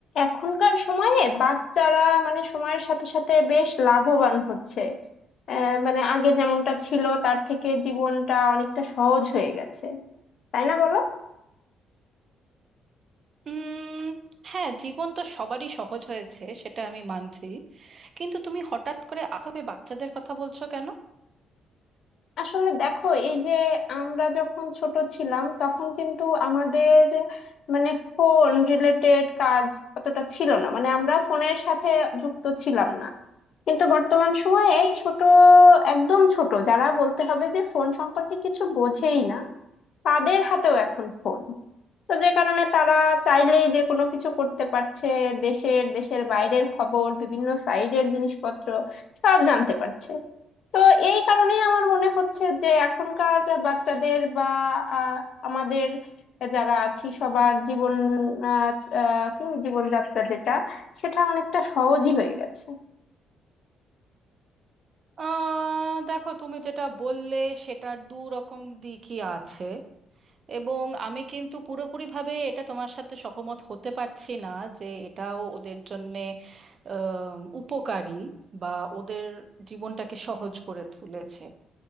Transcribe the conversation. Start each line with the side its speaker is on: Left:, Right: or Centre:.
Left: এখনকার সময়ে বাচ্চারা মানে সময়ের সাথে সাথে বেশ লাভবান হচ্ছে আহ, মানে আগে যেমনটা ছিল তার থেকে জীবনটা অনেকটা সহজ হয়ে গেছে তাই না বলো
Right: উম হ্যাঁ জীবন তো সবারই সহজ হয়েছে সেটা আমি মানছি কিন্তু তুমি হঠাৎ করে আভাবে বাচ্চাদের কথা বলছো কেন
Left: আসলে দেখো এই যে আমরা যখন ছোট ছিলাম তখন কিন্তু আমাদের মানে ফোন রিলেটেড কাজ অতটা ছিল না মানে আমরা ফোনের সাথে যুক্ত ছিলাম না কিন্তু বর্তমান সময়ে ছোট একদম ছোট যারা বলতে হবে যে ফোন সম্পর্কে কিছু বোঝেই না তাদের হাতেও এখন ফোন তো যে কারণে তারা চাইলেই যে কোনো কিছু করতে পারছে দেশের দেশের বাইরের খবর বিভিন্ন সাইডের জিনিসপত্র সব জানতে পারছে তো এই কারণেই আমার মনে হচ্ছে যে এখনকার বাচ্চাদের বা আহ, আমাদের যারা আছি সবার জীবন আহ, আহ, কি জীবনযাত্রা যেটা সেটা অনেকটা সহজই হয়ে গেছে
Right: আহ দেখো তুমি যেটা বললে সেটার দু রকম দিকই আছে এবং আমি কিন্তু পুরোপুরিভাবে এটা তোমার সাথে সহমত হতে পারছি না যে এটাও ওদের জন্যে আহ, উপকারী বা ওদের জীবনটাকে সহজ করে তুলেছে